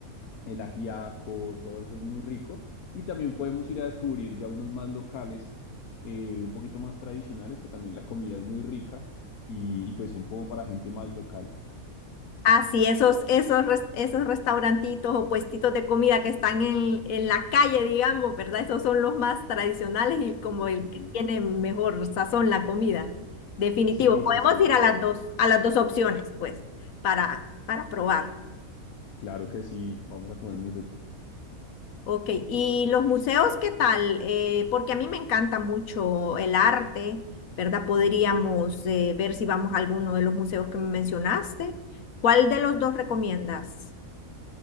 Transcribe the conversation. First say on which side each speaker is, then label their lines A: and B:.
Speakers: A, on the left (about 80°); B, on the left (about 70°).
A: el ajiaco, todo eso es muy rico. Y también podemos ir a descubrir ya unos más locales, eh, un poquito más tradicionales, que también la comida es muy rica y, y pues son como para gente más local.
B: Ah, sí, esos, esos, res- esos restaurantitos o puestitos de comida que están en, en la calle, digamos, ¿verdad? Esos son los más tradicionales y como el
A: Ujú.
B: que tiene mejor sazón la comida. Definitivo,
A: Sí,
B: podemos
A: sí, sí,
B: ir
A: claro.
B: a las dos, a las dos opciones, pues, para, para probar.
A: Claro que sí, vamos a comer muy rico.
B: Ok, ¿y los museos qué tal? Eh, porque a mí me encanta mucho el arte, ¿verdad? Podríamos eh, ver si vamos a alguno de los museos que me mencionaste. ¿Cuál de los dos recomiendas?